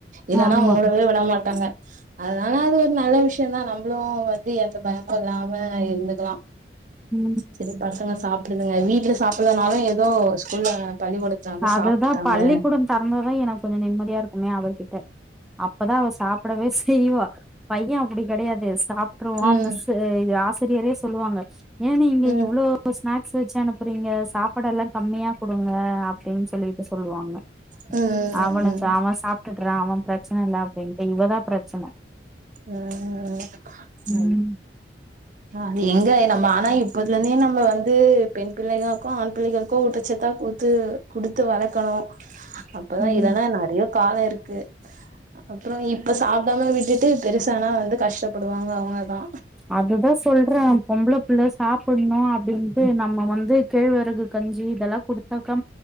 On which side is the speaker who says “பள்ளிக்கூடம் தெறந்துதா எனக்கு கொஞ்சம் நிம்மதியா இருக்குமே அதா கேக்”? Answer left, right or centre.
Centre